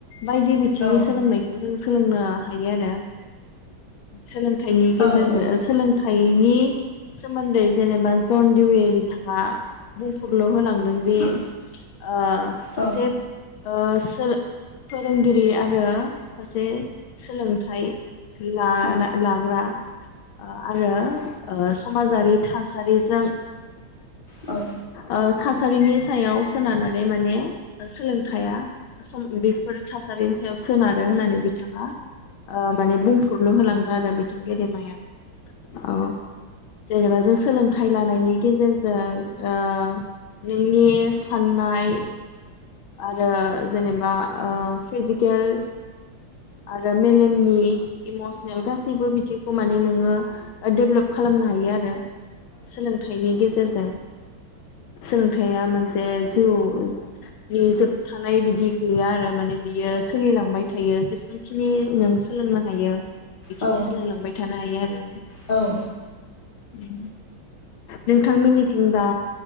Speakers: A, on the left; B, on the left.
A: बायदि बिथिंनि
B: औ
A: सोलोंनायखौ जों सोलोंनो हायो आरो सोलों थाइनि
B: औ
A: गेजेरजों सोलोंथाइनि सोमोन्दै जेनेबा जन दिवये बिथाङा बुंफुरलु होलां दों जे
B: औ
A: ओ सासे
B: औ
A: ओ सोर फोरोंगिरि आरो सासे सोलोंथाइ लाना
B: औ
A: लाग्रा ओ आरो ओ समाजारि थासारिजों
B: औ
A: ओ थासारिनि सायाव सोनारनानै माने सोलोंथाया सम बेफोर थासारिनि सायाव सोनारो होननानै बिथाङा ओ माने बुंफुरलु होलां आरो बि <inaudible> थां गेदेमाया औ जेनेबा जों सोलोंथाइ लानायनि गेजेरजों ओ नोंनि साननाय आरो जेनेबा ओ फिजिकेल आरो मेलेमनि इमसनेल गासैबो बिथिंखौ माने नोङो ओ डेभलप खा खालामनो हायो आरो सोलोंथाइनि गेजेरजों सोलोंथाइया मोनसे जे जिउ <inaudible> नि जोबथानाय बिदि गैया आरो माने बियो सोलिलांबाय थायो ज खिनि नों सोलोंना <inaudible> हायो बेखिनि
B: औ
A: सोलोंलांबाय थानो हायो। आरो
B: औ
A: उम नोंथांमोननिथिं दा